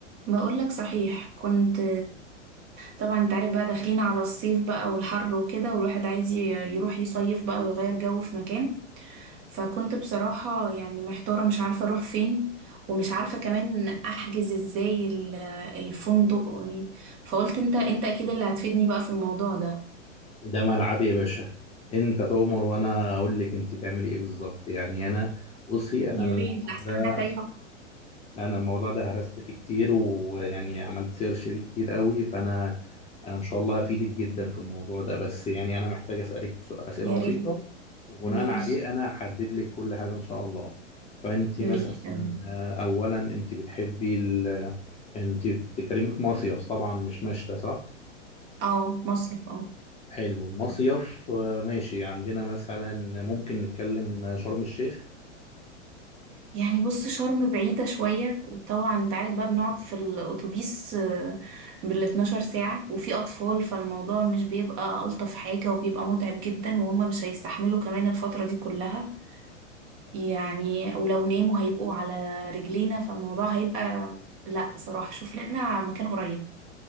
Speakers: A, on the right; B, on the left.
A: بقول لك صحيح كنت طبعا انت عارف بقى داخلين على الصيف بقى والحر وكده والواحد عايز ي- يروح يصيف بقى ويغير جو في مكان فكنت بصراحة يعني محتارة مش عارفة اروح فين ومش عارفة كمان احجز ازاي ال- الفندق فقلت انت انت اكيد اللي هتفيدني بقى في الموضوع ده
B: ده ملعبي يا باشا انت تؤمر وانا اقول لك انت تعملي ايه بالظبط يعني انا بصي انا
A: يا
B: الموضوع
A: ريت احسن
B: ده
A: انا تايهة
B: انا الموضوع ده هرست فيه كتير ويعني عملت سيرش فيه كتير قوي فانا انا ان شاء الله هفيدك جدا في الموضوع ده بس يعني انا محتاج اسالك سؤال- اسئله
A: يا
B: بسيطه
A: ريت
B: وبناء
A: ماشي
B: عليه انا هحدد لك كل حاجه ان شاء الله فانت
A: ماشي
B: مثلا
A: تمام
B: آه، اولا انت بتحبي ال... انت بتتكلمي في مصيف طبعا مش مشتى صح
A: اه مصيف اه
B: حلو مصيف آه، ماشي عندنا مثلا ممكن نتكلم آه، شرم الشيخ
A: يعني بص شرم بعيدة شوية وطبعا انت عارف بقى بنقعد في الأتوبيس آه، بال 12 ساعة وفي أطفال فالموضوع مش بيبقى ألطف حاجة وبيبقى متعب جدا وهما مش هيستحملوا كمان الفترة دي كلها يعني ولو ناموا هيبقوا على رجلينا فالموضوع هيبقى لا بصراحة شوف لنا مكان قريب